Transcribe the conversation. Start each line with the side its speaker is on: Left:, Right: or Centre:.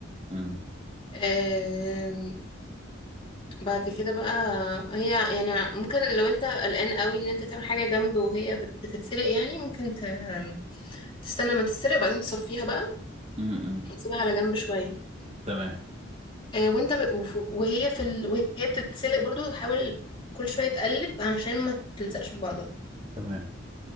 Right: أمم،
Left: آه، بعد كده بقى هي يعني ممكن لو انت قلقان قوي ان انت تعمل حاجة جنب وهي بت- بتتسلق يعني ممكن ت- تستنى ما تتسلق وبعدين تصفيها بقى
Right: أمم، أمم.
Left: وتسيبها على جنب شوية
Right: تمام
Left: آه، وانت ب... وف- وهي في ال... وهي بتتسلق برضو حاول كل شوية تقلب عشان ما تلزقش في بعضها
Right: تمام